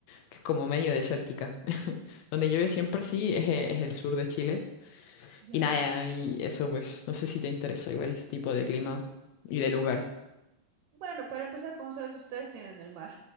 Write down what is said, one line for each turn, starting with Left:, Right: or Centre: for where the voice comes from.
Left: que es como medio desértica. <laughs> Donde llueve siempre,
Right: Ya,
Left: sí, es, e- es el sur de Chile.
Right: ya.
Left: Y nada, y eso pues, no sé si te interesa igual este tipo de clima y de lugar.
Right: Bueno, para empezar, como sabes, ustedes tienen el mar,